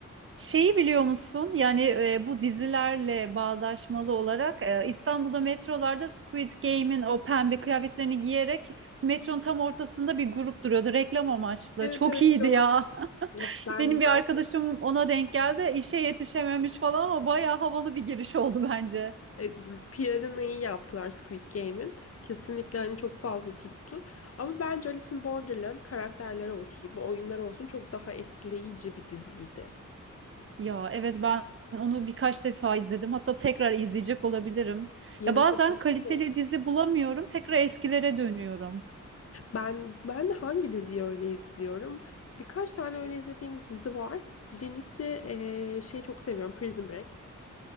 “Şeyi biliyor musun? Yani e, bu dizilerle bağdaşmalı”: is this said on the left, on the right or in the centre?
Right